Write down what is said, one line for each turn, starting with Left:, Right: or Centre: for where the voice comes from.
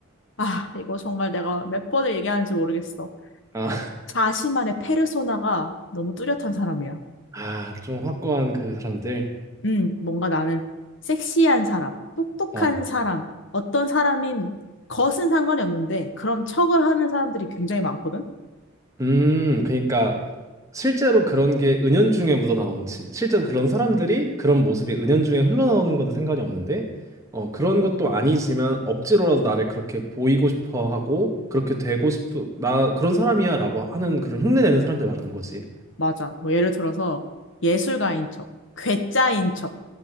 Left: 아, 이거 정말 내가 몇 번을 얘기하는지 모르겠어.
Right: 아.
Left: 자신만의 페르소나가 너무 뚜렷한 사람이야.
Right: 아, 좀 확고한 그 사람들.
Left: 음, 뭔가 나는 섹시한 사람, 똑똑한
Right: 어.
Left: 사람, 어떤 사람인 것은 상관이 없는데 그런 척을 하는 사람들이 굉장히 많거든?
Right: 음, 그러니까 실제로 그런 게 은연중에 묻어나온 시- 실제로 그런 사람들이 그런 모습이 은연중에 흘러나오는 거는 상관이 없는데 어, 그런 것도 아니지만 억지로라도 나를 그렇게 보이고 싶어 하고 그렇게 되고 싶어 나 그런 사람이야라고 하는 그런 흉내내는 사람들 말하는 거지.
Left: 맞아. 뭐 예를 들어서 예술가인 척, 괴짜인 척,